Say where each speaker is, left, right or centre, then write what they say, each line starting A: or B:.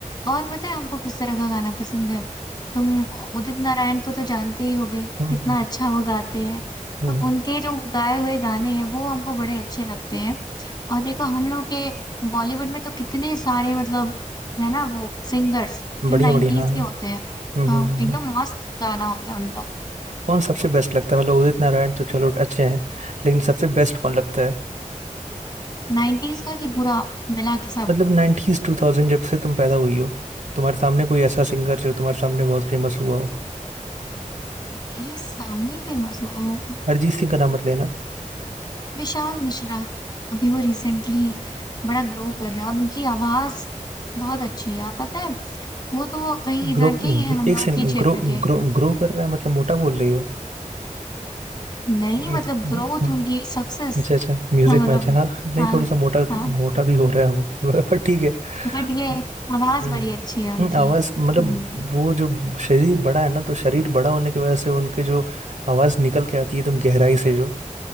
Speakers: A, on the left; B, on the right.
A: और पता है हमको किस तरह का गाना पसंद है तुम उदित नारायण को तो जानते ही होगे
B: हम्म
A: कितना
B: हम्म,
A: अच्छा वो गाते हैं
B: हम्म,
A: तो उनके जो गाए हुए गाने हैं वो हमको बड़े अच्छे लगते हैं और देखो हम लोग के बॉलीवुड में तो कितने सारे मतलब है ना वो सिंगर्स जो
B: बढ़िया
A: नाइन्टीज
B: बढ़िया हाँ
A: के
B: हाँ
A: होते हैं
B: हम्म
A: हाँ
B: हम्म, हम्म।
A: एकदम मस्त गाना होता है उनका
B: कौन सबसे बेस्ट लगता है मतलब उदित नारायण तो चलो अच्छे हैं लेकिन सबसे बेस्ट कौन लगता है
A: नाइन्टीज का कि पूरा मिला के सब
B: मतलब 90s टू थाउजेंड जब से तुम पैदा हुई हो तुम्हारे सामने कोई ऐसा सिंगर जो तुम्हारे सामने बहुत फेमस हुआ हो
A: मेरे सामने फेमस हुआ हो
B: अरिजीत सिंह का नाम मत लेना
A: विशाल मिश्रा अभी वो रिसेंटली बड़ा ग्रो कर रहा है और उनकी आवाज बहुत अच्छी है यार पता है वो तो कहीं इधर
B: ग्रो
A: के ही हैं हम
B: एक
A: लोग
B: सेकंड
A: के क्षेत्र
B: ग्रो
A: के
B: ग्रो ग्रो कर रहा है मतलब मोटा बोल रही हो
A: नहीं
B: नहीं,
A: मतलब ग्रोथ उनकी सक्सेस
B: अच्छा अच्छा म्यूजिक
A: मतलब
B: मैच है हाँ नहीं
A: हाँ
B: थोड़ा सा मोटा
A: हाँ
B: मोटा भी हो रहा है वो <laughs> पर ठीक है
A: बट ये
B: हाँ,
A: आवाज
B: हम्म
A: बड़ी अच्छी है उनकी
B: हम्म, आवाज मतलब
A: हम्म
B: वो जो शरीर बड़ा है ना तो शरीर बड़ा होने की वजह से उनके जो आवाज निकल के आती है एकदम गहराई से जो